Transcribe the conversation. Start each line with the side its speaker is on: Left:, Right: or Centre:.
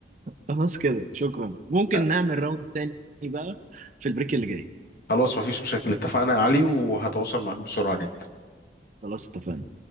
Right: خلاص كده شكرا ممكن
Left: آه
Right: نعمل راوند تاني بقى في البريك اللي جاي
Left: خلاص مفيش مشاكل اتفقنا يا علي وهتواصل معاك بسرعة جدا
Right: خلاص اتفقنا